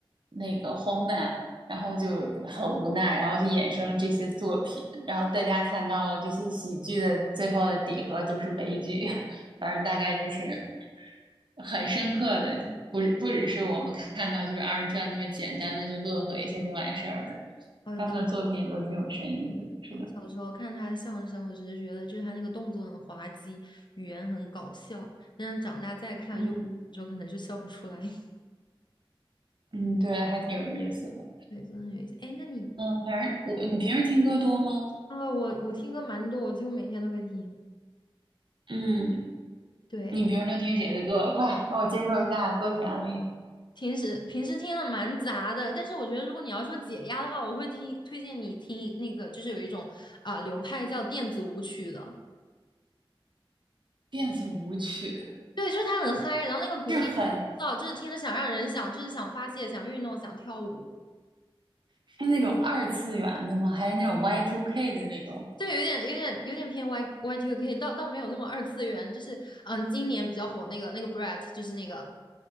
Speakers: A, on the right; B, on the left.
A: 那个荒诞，然后就很无奈，然后就衍生了这些作品，然后大家看到了这些喜剧的最后的底核都是悲剧，<laughs> 反正大概就是很深刻的，不不只是我们看到就是二人转那么简单的就乐呵一下就完事儿了，
B: 好的
A: 他们的作品也都挺有深意的，是的，
B: 我小时候看他的相声，我只是觉得就是他那个动作很滑稽，语言很搞笑。但是长大再看就，
A: 嗯
B: 有时候可能就笑不出来。<laughs>
A: 嗯，对，还挺有意思的。
B: 对，真的很有意思。哎，那你
A: 嗯，反正我，你平时听歌多吗？
B: 啊，我我听歌蛮多，我几乎每天都会听。
A: 嗯，
B: 对
A: 你平时都听谁的歌？<laughs> 快让我接受一下歌曲案例。
B: 平时平时听的蛮杂的，但是我觉得如果你要说解压的话，我会听推荐你听那个，就是有一种啊、流派叫电子舞曲的，
A: 电子舞曲
B: 对，就是它很嗨，然后那个鼓点，
A: 是很
B: 哦，就是听着想让人想，就是想发泄、想运动、想跳舞。
A: 是那种二次元的吗？还是那种 y Two k 的那种？
B: 对，有点有点有点偏 Y Y Two K，倒倒没有那么二次元，就是嗯，今年比较火那个那个 Brett，就是那个